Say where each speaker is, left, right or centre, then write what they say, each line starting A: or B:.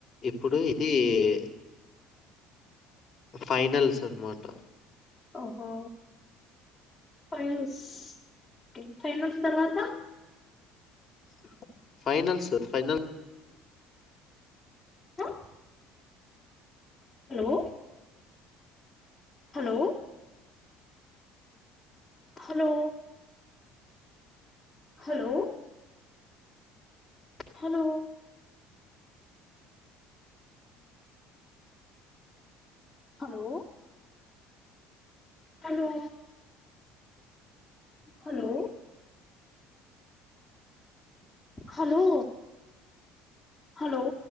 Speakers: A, on the left; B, on the left.
A: ఇప్పుడు ఇది ఏ ఇది ఫైనల్స్ అన్నమాట
B: ఓహో ఫైనల్స్ ఇంకా ఎన్ని ఫైనల్స్ ఉన్నాయి
A: ఓహో ఫైనల్స్ ఫైనల్స్
B: వాహ్ hello hello hello hello hello hello hello hello hello హాల్లో